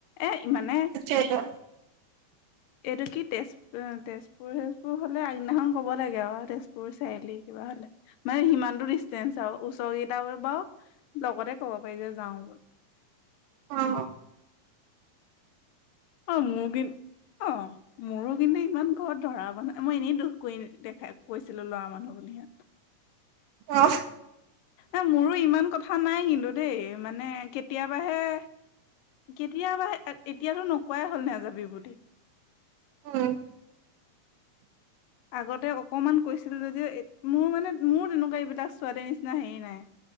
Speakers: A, on the left (about 80°); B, on the right (about 80°).
A: এ ইমানে
B: সেইটো
A: এইটো কি তেজ উম তেজপুৰহে তেজপুৰ হলে আগদিনাখন ক'ব লাগে আও তেজপুৰ চাৰিআলি কিবা হ'লে মানে সিমানতো ডিষ্টেঞ্চ আও ওচৰ কেইটাৰ বাৰু লগতে ক'ব পাৰি যে যাও
B: অ
A: অ মো কি অ মোৰো কিন্তু ইমান ঘৰত ধৰা বন্ধা নাই মই এনেই দুখ কৰি দেখা কৈছিলো লৰা মানুহ বুলি সিঁহত
B: অ
A: এ মোৰো ইমান কথা নাই কিন্তু দেই মানে কেতিয়াবাহে কেতিয়াবাহে এতিয়াতো নোকোৱাই হ'ল নেযাবি বুলি
B: উম
A: আগতে অকমান কৈছিল যদিও এ মোৰ মানে মোৰ তেনেকোৱা এইবিলাক ছোৱালীৰ নিচিনা হেৰি নাই